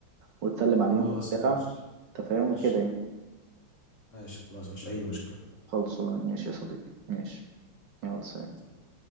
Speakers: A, on the right (about 65°); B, on the left (about 40°).
A: وتسلم عليهم
B: خلاص
A: وبتاع
B: ماشي
A: أنت فاهم وكده
B: ماشي
A: يعني
B: ماشي خلاص مفيش أي مشكلة
A: خلصانة ماشي يا صديقي ماشي يلا سلام
B: سلام.